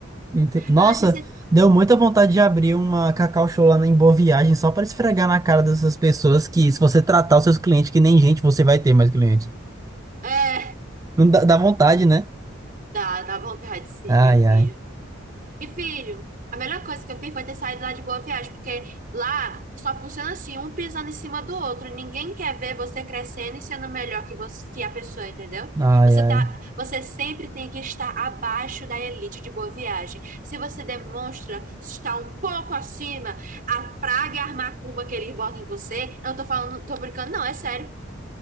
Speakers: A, on the right; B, on the right.
A: Ente- Nossa,
B: Ela disse:
A: deu muita vontade de abrir uma Cacau Show lá em Boa Viagem só pra esfregar na cara dessas pessoas que, se você tratar os seus clientes que nem gente, você vai ter mais clientes.
B: É,
A: Não dá, dá vontade, né?
B: dá, dá vontade sim,
A: Ai,
B: meu filho.
A: ai.
B: E, filho, a melhor coisa que eu fiz foi ter saído lá de Boa Viagem, porque lá só funciona assim, um pisando em cima do outro. Ninguém quer ver você crescendo e sendo melhor que você, que a pessoa, entendeu?
A: Ai,
B: Você
A: ai.
B: tá, você sempre tem que estar abaixo da elite de Boa Viagem. Se você demonstra estar um pouco acima, a praga e a macumba que eles botam em você, eu não tô falando, tô brincando, não, é sério.